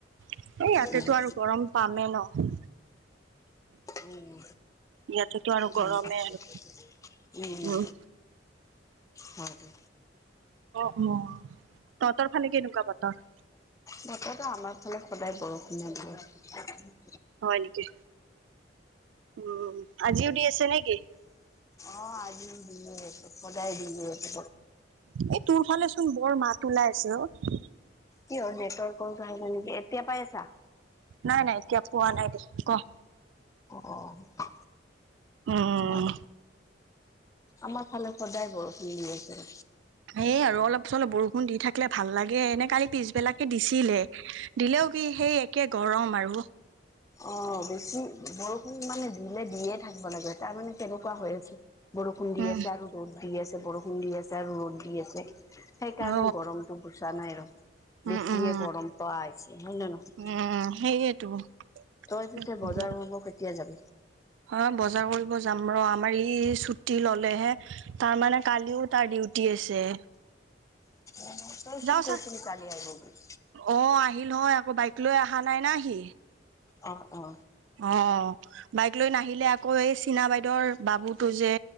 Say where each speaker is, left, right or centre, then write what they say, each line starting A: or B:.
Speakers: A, on the right; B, on the left.
A: এই ইয়াতেটো
B: উম
A: আৰু গৰম পামেই ন'।
B: উম।
A: ইয়াতেতো আৰু
B: উম,
A: গৰমেই আৰু উম
B: হয় দে।
A: অঁ, অঁ, তহঁতৰ ফালে কেনেকুৱা বতৰ?
B: বতৰটো আমাৰ ফালে সদায় বৰষুণে দিয়ে।
A: হয় নেকি? উম, আজিও দি আছে নেকি?
B: অ', আজিও দিয়ে আছে, সদায় দিয়ে আছে।
A: এ তোৰ ফালে চোন, বৰ মাত ওলাই আছে অ'।
B: কিয়? নেটৱৰ্কৰ কাৰণে নেকি, এতিয়া, পাই আছা?
A: নাই, নাই, এতিয়া পোৱা নাই দে, ক'।
B: অ'।
A: উম।
B: হয়, আমাৰ ফালে সদায় বৰষুণ দি আছে।
A: সেই আৰু অলপ চলপ বৰষুণ দি থাকলে ভাল লাগে। এনে কালি পিছবিলাকে দিছিলে, দিলেও কি সেই এক কে গৰম আৰু।
B: অ', বেছি, বৰষুণ মানে দিলে দিয়ে থাকিব লাগে, তাৰমানে তেনেকুৱা হৈ আছে। বৰষুণ দি
A: উম
B: আছে আৰু ৰ'দ দি আছে। বৰষুণ দি আছে আৰু ৰ'দ দি আছে। সেইকাৰণে
A: অ
B: গৰমতটো গুছা নাই আৰু।
A: উম
B: বেছিয়ে
A: উম
B: গৰম পাই আহিছে, হয় নে নহয়?
A: উম সেইয়েতো
B: তই পিছে,
A: কি কবি
B: বজাৰ
A: আৰু
B: কৰিব কেতিয়া যাবি?
A: অ', বজাৰ কৰিব যাম ৰ', আমাৰ ই ছুটি ল'লেহে, তাৰমানে কালিও তাৰ ডিউটি টি আছে।
B: অ' তইচোন
A: যাও চা
B: কৈছিলি কালি আহিব বুলি।
A: অ' আহিল হয় আকৌ বাইক লৈ অহা নাই না সি।
B: অ', অ'।
A: অ' বাইক লৈ নাহিলে আকৌ এই চীনা বাইদেউৰ বাবুটো যে